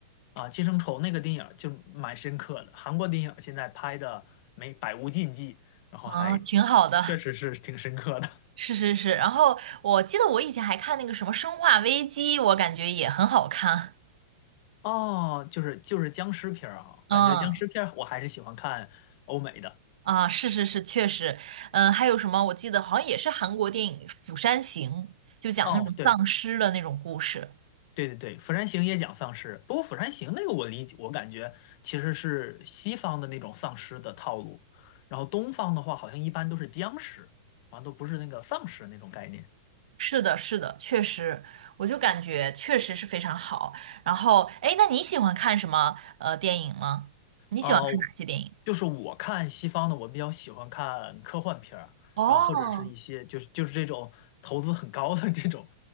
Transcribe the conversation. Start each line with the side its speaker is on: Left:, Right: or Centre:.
Left: 啊，《寄生虫》那个电影儿就蛮深刻的，韩国电影儿现在拍的没百无禁忌，然后还
Right: 嗯，挺好的。
Left: 确实是挺深刻的。
Right: 是是是。然后我记得我以前还看那个什么《生化危机》，我感觉也很好看。
Left: 哦，就是就是僵尸片儿啊，
Right: 嗯
Left: 感觉僵尸片儿我还是喜欢看欧美的。
Right: 啊，是是是，确实。嗯，还有什么？我记得好像也是韩国电影《釜山行》，就讲那种丧尸的那种故事。
Left: 哦，对。对对对，《釜山行》也讲丧尸，不过《釜山行》那个我理解，我感觉其实是西方的那种丧尸的套路，然后东方的话好像一般都是僵尸，好都不是那个丧尸那种概念。
Right: 是的，是的，确实，我就感觉确实是非常好。然后，哎，那你喜欢看什么呃电影吗？你喜欢看哪些电影？
Left: 哦、就是我看西方的，我比较喜欢看科幻片儿，
Right: 哦，
Left: 然后或者是一些就是就是这种投资很高的这种，